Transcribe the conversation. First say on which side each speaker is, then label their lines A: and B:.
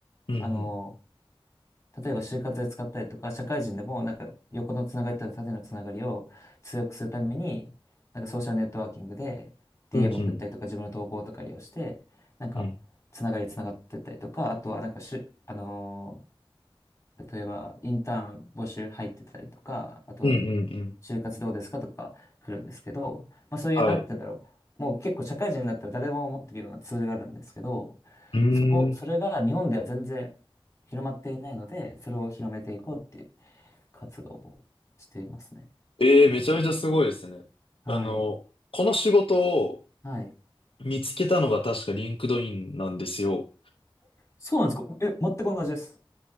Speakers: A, on the left (about 70°); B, on the left (about 30°).
A: うん
B: あの、例えば就活で使ったりとか、社会人でもなんか横のつながりとか縦のつながりを強くするために、なんかソーシャルネットワーキングで DM
A: うん。うんうん。
B: 送ったりとか自分の投稿とか利用して、なんかつながりつながってったりとか、
A: うん。
B: あとはなんかしゅ、あのー例えばインターン募集入ってたりとか、あとは
A: うんうんうん。
B: 就活どうですかとか来るんですけど、まあそういう、
A: はい。
B: なんて言うんだろう。もう結構社会人になったら誰でも持ってるようなツールがあるんですけど、
A: うーん。
B: そこ、それが日本では全然広まっていないので、それを広めていこうっていう活動をしていますね。
A: えー、めちゃめちゃすごいですね。
B: はい。
A: あの、この仕事を
B: はい。
A: 見つけたのが確かリンクドインなんですよ。
B: そうなんですかえ、全く同じです。